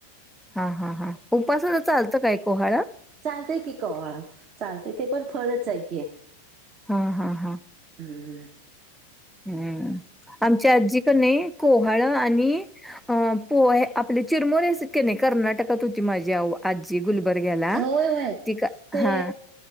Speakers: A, in the centre; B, on the right.
A: हां हां हां, उपसाला चालतं काय कोहाळ?
B: चालतंय की, कवाळं चालतंय ते पण फळच आहे की.
A: हं हं हं.
B: ह <unintelligible>
A: हम्म आमची आजी क नाही कोहाळ आणि अ पो आपल्या चिरमुरे असायातक्या नाही कर्नाटकात होती माझी आव आजी गुल बरग्याला
B: होय होय
A: ति
B: ते
A: हां